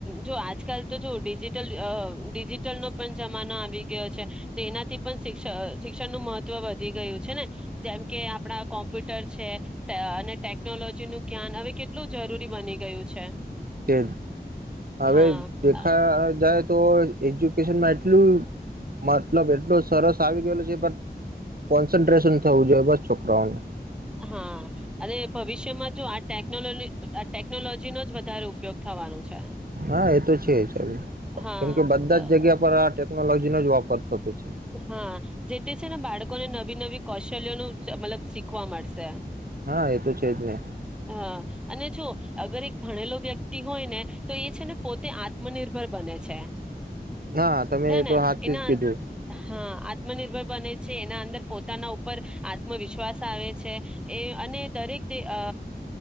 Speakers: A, in the centre; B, on the right (about 60°).
A: જો આજકાલ તો જો ડિજિટલ અ ડિજિટલનો પણ જમાનો આવી ગયો છે. તો એનાથી પણ શિક્ષ શિક્ષણનું મહત્ત્વ વધી ગયું છે ને જેમ કે આપણા કોમ્પ્યુટ ટર છે અને ટેક ટેકનોલોજી નું જ્ઞાન હવે કેટલું જરૂરી બની ગયું છે.
B: <unintelligible> છે. હવે
A: હા.
B: દેખા જાય તો એજ્યુકેશનમાં એટલું મતલબ એટલો સરસ આવી ગયેલુ છે, પન કોન્સન્ટ્રેશન થવું જોઈએ, બસ છોકરાઓને.
A: હા, અને ભવિષ્યમાં જો આ ટેકનોલો આ ટેકનોલોજીનો જ વધારે ઉપયોગ થવાનો છે.
B: હા, એ તો છે જ.
A: હા
B: કેમ કે બધા જ જગ્યા પર આ ટેકનોલોજીનો જ વાપર થતો છે
A: હા, જે તે છે ને બાળકોને ન નવી નવી કૌશલ્ય ન મતલબ શીખવા મળશે.
B: હા, એ તો છે જ ને.
A: હા અને જો અગર એક ભણેલો વ્યક્તિ હોય ને, તો એ છે ને પોતે આત્મનિર્ભર બને છે.
B: ના તમે
A: છે
B: એ
A: ને
B: તો હાચચુ
A: એના
B: જ કીધું.
A: અં હા, આત્મનિર્ભર બને છે, એના અંદર પોતાના ઉપર આત્મવિશ્વાસ આવે છે. એ અને દરેક તે અ